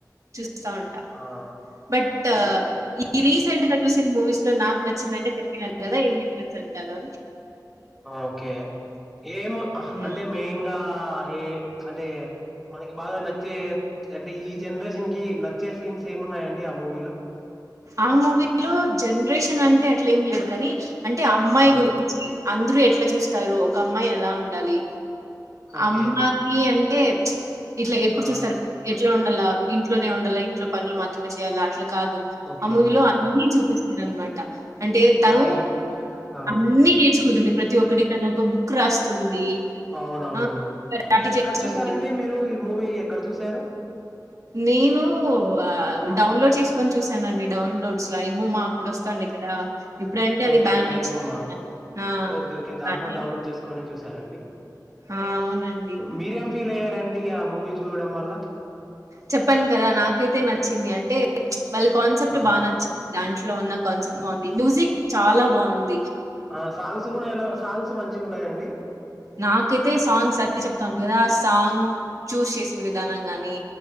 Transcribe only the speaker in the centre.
ఆ!
ఓకే.
ఓకే ఏం హ
అంటే మెయిన్ గా ఏ అంటే మనకి బాగా నచ్చే అంటే ఈ జనరేషన్ కి నచ్చే సీన్సేమున్నాయండి ఆ మూవీలో
ఆ!
ఓకే.
ఆ!
ఓకే.
ఆ!
ఓకే. ఆ!
అవునవును.
ఎక్కడ
చూసారండి మీరు ఈ మూవీ ఎక్కడ చూశారు
ఓకే
ఓకే అయిబొమ్మా
ఓకే ఓకే దాంట్లో
డౌన్లోడ్ చేసుకొని చూస్ సారండి
మీరేం ఫీల్ అయ్యారండి ఆ మూవీ చూడడం వల్ల
ఆ!
ఆ సాంగ్స్ కూడేన సాంగ్స్ మంచిగున్నాయండి